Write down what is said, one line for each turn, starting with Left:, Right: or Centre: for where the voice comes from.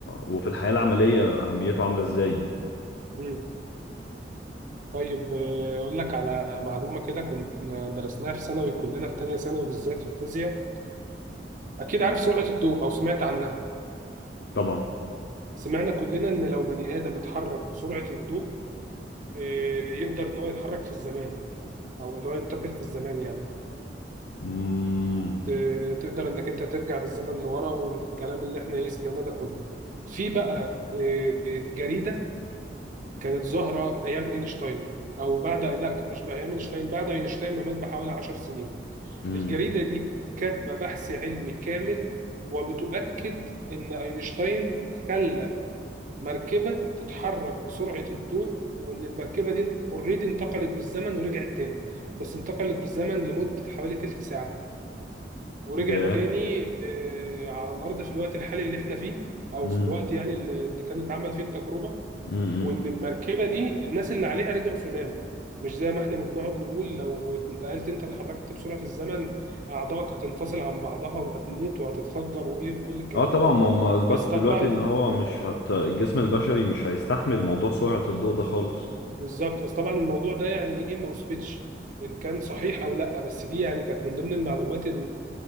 Left: وفي الحياة العملية اهميته عاملة ازاي يعني
Right: مم. طيب آه، اقول لك على معلومه كده كنت درسناها في ثانوي كلنا في تانية ثانوي بالذات في الفيزياء اكيد عارف سرعه الضوء او سمعت عنها
Left: طبعا
Right: سمعنا كلنا ان لو بني ادم اتحرك بسرعه الضوء آه، يقدر ان هو يتحرك في الزمان او اللي هو ينتقل في الزمان يعني
Left: امم
Right: ت- تقدر انك انت ترجع بالزمن لورا والكلام اللي احنا ايه سمعناه ده كله في بقى آه، آه، جريده كانت ظاهره ايام اينشتاين او بعد لا مش بقى ايام اينشتاين بعد اينشتاين ما مات بحوالي 10 سنين
Left: امم
Right: الجريده دي كاتبه بحث علمي كامل وبتؤكد ان اينشتاين خلى مركبه تتحرك بسرعه الضوء وان المركبه دي اوريدي انتقلت بالزمن ورجعت تاني بس انتقلت بالزمن لمده حوالي تلت ساعه ورجعت
Left: ياه
Right: تاني آه، على الارض في الوقت الحالي اللي احنا فيه او
Left: امم
Right: في الوقت يعني اللي اللي كانت اتعمل فيه التجربه
Left: امم
Right: وان المركبه دي الناس اللي عليها رجعوا السودان مش زي ما احنا ما بنقعد نقول لو انتقلت انت اتحركت بسرعه الزمن اعضائك هتنفصل عن بعضها وهتموت وهتتفجر وايه وكل الكلام
Left: اه طبعا
Right: ده كله
Left: ما هم اثبتوا
Right: بس طبعا
Left: دلوقتي ان هو مش هت... الجسم البشري مش هيستحمل موضوع سرعة الضوء ده خالص
Right: بالظبط بس طبعا الموضوع ده يعني ايه ما اثبتش ان كان صحيح او لا بس دي يعني كانت من ضمن المعلومات